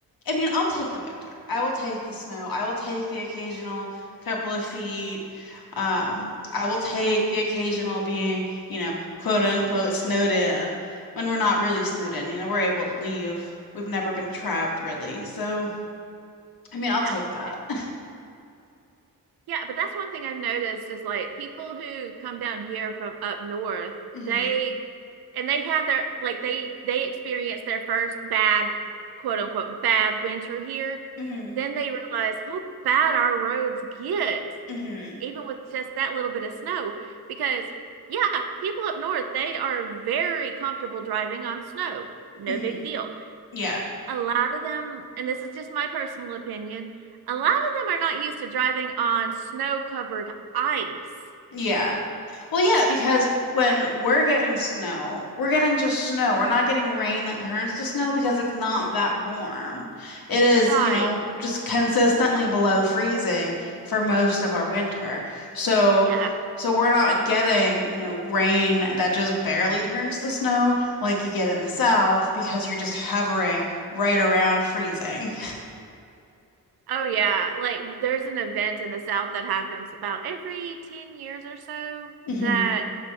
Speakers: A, on the left; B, on the right.
A: I mean, I'll take the winter. I will take the snow. I will take the occasional couple of feet. Um, I will take the occasional being, you know, quote unquote snowed in when we're not really snowed in. You know, we're able to leave. We've never been trapped really. So, I mean, I'll take
B: Yeah.
A: that.
B: and-
A: <laughs>
B: Yeah, but that's one thing I've noticed is like people who come down here from up north,
A: hmm
B: they and they had their like they they experienced their first bad quote unquote bad winter here
A: hmm
B: then they realized how bad our roads get
A: hmm
B: even with just that little bit of snow because yeah people up north they are very comfortable driving on snow no
A: hmm
B: big deal
A: Yeah.
B: a lot of them and this is just my personal opinion a lot of them are not used to driving on snow covered ice
A: Yeah. Well, yeah, because when we're getting snow, we're getting just snow. We're not getting rain that turns to snow because it's not that warm. It is,
B: right
A: you know, just consistently below freezing for most of our winter. So,
B: yeah
A: so we're not getting, you know, rain that just barely turns to snow like you get in the south because you're just hovering right around freezing.
B: Oh yeah, like there's an event in the South that happens about every 10 years or so
A: hmm
B: that